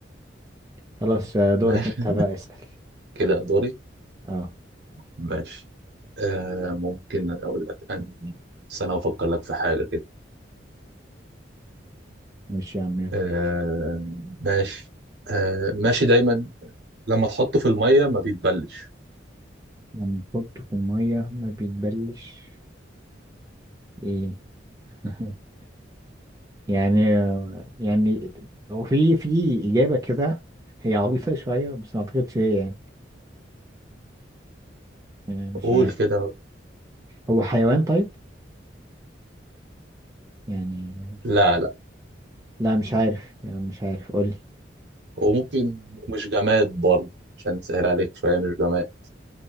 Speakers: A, on the right; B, on the right.
A: خلاص آه، دورك
B: ماشي
A: أنت بقى اسأل
B: <laughs> كده دوري
A: اه
B: ماشي آه ممكن أقول لك أنهي بس أنا هفكر لك في حاجة كده
A: ماشي يا عم يلا.
B: آه ماشي آه ماشي دايما لما تحطه في المية ما بيتبلش
A: لما تحطه في المية ما بيتبلش ايه <laughs> يعني يعني هو في في إجابة كده هي عبيطة شوية بس ما أعتقدش هي يعني آه، مش
B: قول
A: عارف
B: كده
A: هو حيوان طيب يعني
B: لا لا
A: لا مش عارف يعني مش عارف قولي
B: وممكن مش جماد برضه عشان تسهل عليك شوية مش جماد